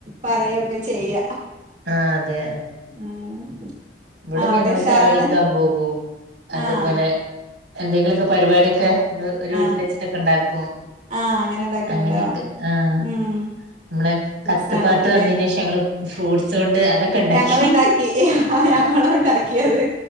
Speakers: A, on the right; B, on the right.
A: പറയൊക്കെ ചെയ്യ
B: ആഹ് അതെ
A: ഉം
B: ഇവിടെ
A: ആഹ് അവിടെ
B: ഞങ്ങള്
A: ഉഷാറാണ്
B: ചായുടിക്കാൻ പോകും അത്പോലെ
A: ആഹ്
B: എന്തെങ്കിലുക്കെ പരിപാടി ഒക്കെ നമ്മള് ഒരു വീട്ടിൽ
A: ആഹ്
B: വെച്ചിട്ടൊക്കെ ഇണ്ടാക്കും
A: ആഹ് അങ്ങനെ ഇണ്ടാക്കലുണ്ടോ
B: അങ്ങനെ ഒക്കെ ആഹ
A: ഉം
B: നമ്മള്
A: രസാണത്
B: കത്ത്പ്പാട്ട് വന്നേന്റെഷം
A: ല്ലേ
B: ഞങ്ങള് ഫ്രൂട്സോണ്ട് അതൊക്കെ ഇണ്ടാക്കി
A: ഞങ്ങള്ണ്ടാക്കി ആഹ് ഞങ്ങളുണ്ടാക്കിയത്